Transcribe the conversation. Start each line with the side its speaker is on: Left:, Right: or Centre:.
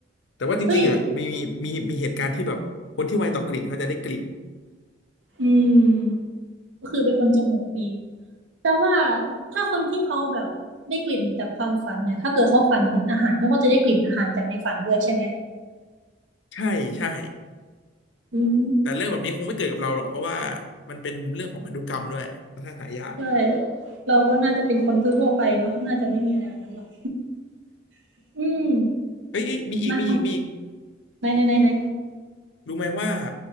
Left: แต่ว่าจริงๆอ่ะมีมีมีมีเหตุการณ์ที่แบบคนที่ไวต่อกลิ่นเขาจะได้กลิ่น
Right: เฮ้ย อืมก็คือเป็นคนจมูกดีแต่ว่าถ้าคนที่เขาแบบได้กลิ่นจากความฝันเนี่ยถ้าเกิดเขาฝันเห็นอาหารเขาก็จะได้กลิ่นอาหารจากในฝันด้วยใช่ไหม
Left: ใช่ใช่
Right: อืม
Left: แต่เรื่องแบบนี้คงไม่เกิดกับเราหรอกเพราะว่ามันเป็นเรื่องของพันธุกรรมด้วยค่อนข้างหายาก
Right: ใช่เราก็น่าจะเป็นคนทั่วๆไปเนาะน่าจะไม่มีอะไรแบบนั้นหรอก <laughs> อืม
Left: เอ้ยเอ้ยมีอีกมีอีกมีอีก
Right: มาไหนไหนไหนไหน
Left: รู้ไหมว่า